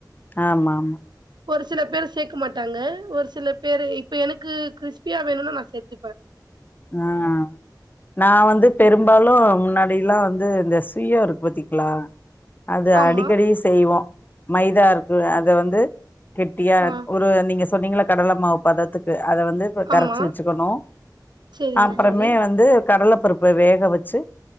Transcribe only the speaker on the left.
ஆமா ஆமா
ஆஹ் நா வந்து பெரும்பாலு
முன்னா ஐலா து இந்த சுய இருக்கு பத்திங்ளா அது
அடிக்கடி செய்வோ மைதா இருக்குல அது வந்து கெட்டியா
ஒரு நீங்க சொன்னீங்கள கடல மாவ்பதத் த்துக்கு அத வந்து இப்ப கரச்சு
வச்சுக்கணு
அப்புறமே
வந்து கடல பருப்பு வேக வச்சு